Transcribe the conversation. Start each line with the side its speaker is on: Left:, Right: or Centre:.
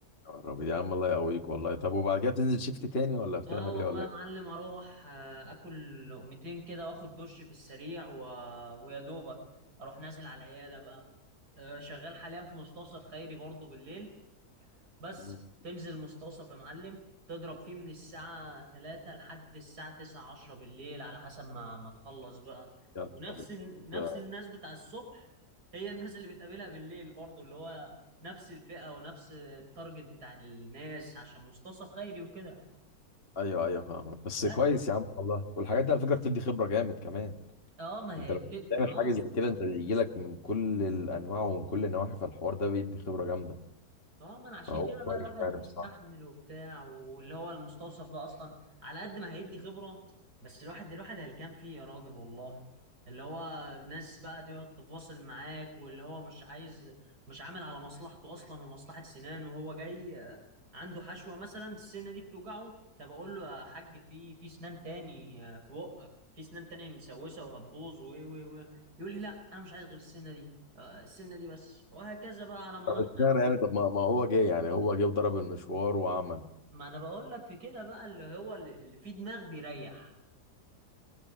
Left: يا رب يا عم الله يقويك والله طب وبعد كده بتنزل شيفت تاني ولا بتعمل
Right: اه والله
Left: ايه ولا
Right: يا
Left: ايه
Right: معلم اروح آه، اكل لقمتين كده واخد دش في السريع و... ويا دوبك اروح نازل على العيادة بقى آه، شغال حاليا في مستوصف خيري برضه بالليل بس
Left: مم.
Right: تنزل مستوصف يا معلم تضرب فيه من الساعة 3 لحد الساعة 9 10 بالليل على حسب ما ما تخلص بقى
Left: يا نهار
Right: ونفس
Left: أبيض.
Right: ال- نفس
Left: ده-
Right: الناس بتاع الصبح هي الناس اللي بتقابلها بالليل برضو اللي هو نفس الفئة ونفس التارجت بتاع الناس عشان مستوصف خيري وكده
Left: ايوه ايوه فاهمك بس
Right: بس
Left: كويس يا عم والله والحاجات دي على فكره بتدي خبره جامد كمان
Right: اه ما
Left: انت
Right: هي
Left: لو
Right: بت...
Left: بتعمل
Right: اه
Left: حاجه زي كده انت بيجي لك من كل الانواع ومن كل النواحي فالحوار ده بيدي خبره جامده
Right: اه ما انا عشان
Left: فهو
Right: كده
Left: كويس
Right: بقى الواحد
Left: يعني
Right: مستحمل
Left: بصراحه
Right: وبتاع واللي هو المستوصف ده اصلا على قد ما هيدي خبرة بس الواحد الواحد هلكان فيه يا راجل والله اللي هو ناس بقى تقعد تفاصل معاك واللي هو مش عايز مش عامل على مصلحته اصلا ومصلحة سنانه وهو جاي آه، عنده حشوة مثلا السنة دي بتوجعه طب اقول له يا حاج في في سنان تاني آه، في بقك في سنان تانية مسوسة وهتبوظ و و و يقول لي لا انا مش عايز غير السنة دي آه، السنة دي بس وهكذا بقى على ما
Left: طب
Right: نقنع
Left: اشمعنى
Right: فيه
Left: يعني طب ما ما هو جه يعني هو جه وضرب المشوار وعمل
Right: ما انا بقول لك في كده بقى اللي هو اللي اللي فيه دماغ بيريح